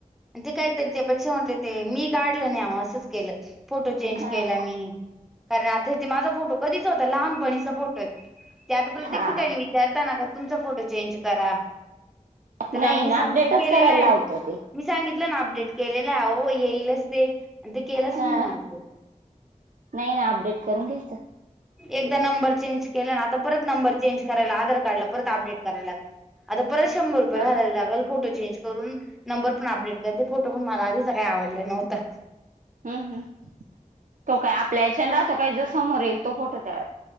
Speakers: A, in the centre; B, on the right (about 75°).
A: ते कायत त्यापेक्षा म्हटलं ते मी काढलं नाही आ असंच केलं फोटो चेंज
B: हा
A: केला मी कारण आता ते माझा फोटो कधीचा होता लहानपणीचा फोटो आहे ते आता प्रत्येक
B: हा
A: ठिकाणी विचारताना का तुमचा फोटो चेंज करा तर
B: नाही
A: आम्ही
B: ना
A: सांगतेय
B: अपडेटच
A: केलेला
B: करायला लावतो
A: आहे.
B: ते
A: मी सांगितलं ना अपडेट केलेलं हो येईलच ते आणि ते केलंच
B: हा
A: नाही मी अपडेट
B: नाही ना अपडेट करून घ्यायचं.
A: एकदा नंबर चेंज केला ना आता परत नंबर चेंज करायला आधार कार्डला परत अपडेट करायला लाग. आता परत शंभर रुपये
B: हा
A: घालायला लागल फोटो चेंज करून. नंबर पण अपडेट करते फोटो पण मला आधीच काय आवडला नव्हता.
B: हम् हम तो काय आपल्या याच्यान राहतो काय ज समोर येईल. तो फोटो त